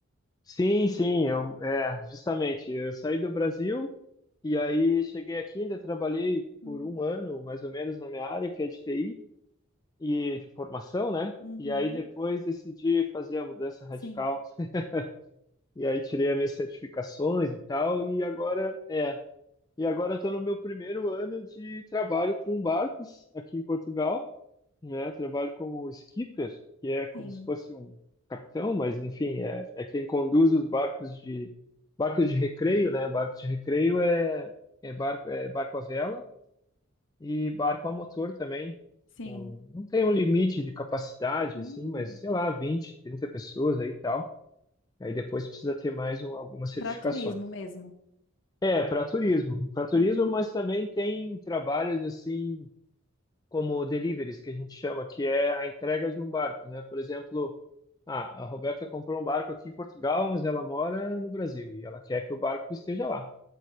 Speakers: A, on the left (about 20°); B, on the left (about 60°).
A: Sim, sim, eu, é, justamente, eu saí do Brasil e aí cheguei aqui, ainda trabalhei
B: Uhum.
A: por um ano, mais ou menos, na minha área, que é de TI e de formação, né?
B: Uhum.
A: E aí depois decidi fazer a mudança radical
B: Sim,
A: <laughs> e aí tirei as minhas certificações e tal e agora, é, E agora estou no meu primeiro ano de trabalho com barcos aqui em Portugal, né? Trabalho como skipper, que é como
B: sim,
A: se fosse um capitão, mas enfim, é, é quem conduz os barcos de barcos de recreio, né? Barco de recreio é, é barco é barco à vela e barco a motor também.
B: sim.
A: Com- não tem um limite de capacidade
B: Hum.
A: assim, mas sei lá, 20, 30 pessoas aí e tal. Aí depois precisa ter mais um, algumas certificações.
B: Para turismo mesmo.
A: É, para turismo. Para turismo,
B: Uhum.
A: mas também tem trabalhos assim, como deliveries, que a gente chama, que é a entrega de um barco, né? Por exemplo, ah, a Roberta comprou um barco aqui em Portugal, mas ela mora no Brasil e ela quer que o barco esteja lá.